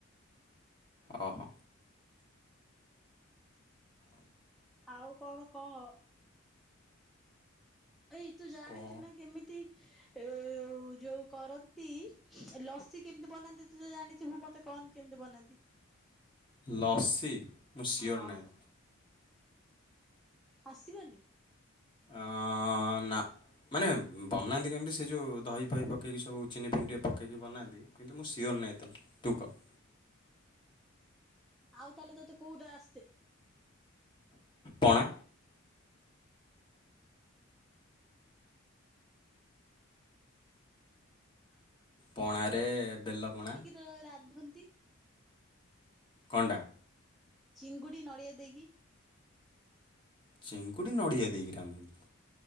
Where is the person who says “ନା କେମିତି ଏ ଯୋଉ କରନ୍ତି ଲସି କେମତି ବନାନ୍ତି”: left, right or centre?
Centre